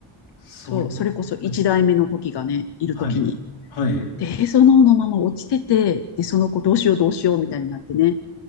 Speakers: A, on the left; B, on the left.
A: それ、
B: そう、それこそ1代目の時がね、
A: はい。
B: いる時に。
A: はい。はい
B: で、へその緒のまま落ちてて、で、その子どうしようどうしようみたいになってね。